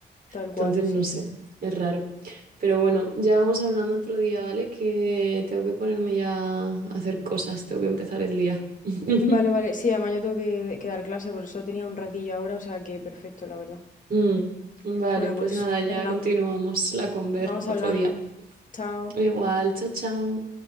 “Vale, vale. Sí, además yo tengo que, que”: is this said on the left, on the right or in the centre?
Left